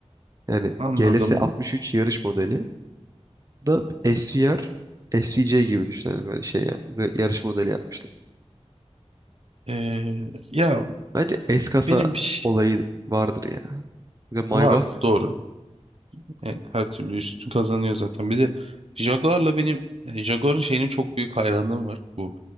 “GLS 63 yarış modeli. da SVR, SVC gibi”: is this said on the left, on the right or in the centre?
Right